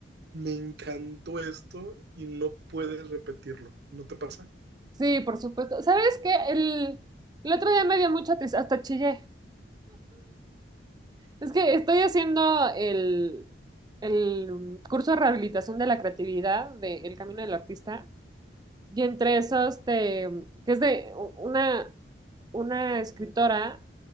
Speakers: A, on the right; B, on the right.
A: me encantó esto y no puedes repetirlo, ¿no te pasa?
B: Sí, por supuesto. ¿Sabes qué? El, el otro día me dio mucha tristeza, hasta chillé. Es que estoy haciendo el, el mm, curso de rehabilitación de la creatividad de El Camino del Artista. Y entre esos, te, que es de u- una, una escritora